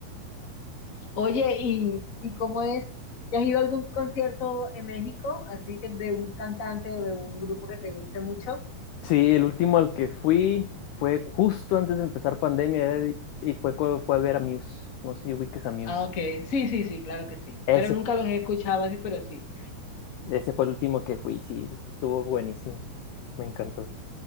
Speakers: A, on the left (about 35°); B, on the left (about 80°).
A: Oye, ¿y, y cómo es? ¿Has ido a algún concierto en México? Así que de un cantante o de un grupo que te guste mucho.
B: Sí, el último al que fui fue justo antes de empezar pandemia era- y fue, cu- fue a ver a Muse. No sé si ubiques a Muse.
A: Ah, ok. Sí, sí, sí, claro que sí.
B: Ese
A: Pero nunca los he escuchado así, pero sí.
B: Ese fue el último que fui, sí, estuvo buenísimo. Me encantó.